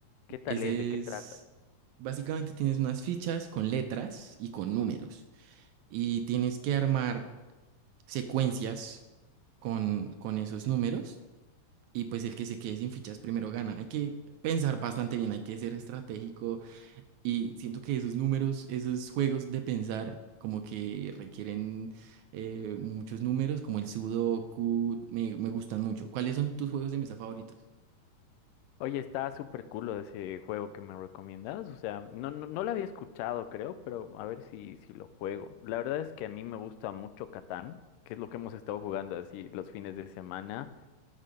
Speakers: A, on the left; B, on the right.
A: ¿Qué tal
B: Ese
A: es? ¿De qué
B: es...
A: trata?
B: Básicamente tienes unas fichas con letras y con números. Y tienes que armar secuencias con, con esos números y pues el que se quede sin fichas primero gana. Hay que pensar bastante bien, hay que ser estratégico y siento que esos números, esos juegos de pensar como que requieren eh, muchos números, como el Sudoku, me, me gustan mucho. ¿Cuáles son tus juegos de mesa favoritos?
A: Oye, está súper cool ese juego que me recomiendas. O sea, no, no, no lo había escuchado, creo, pero a ver si, si lo juego. La verdad es que a mí me gusta mucho Catán, que es lo que hemos estado jugando así los fines de semana.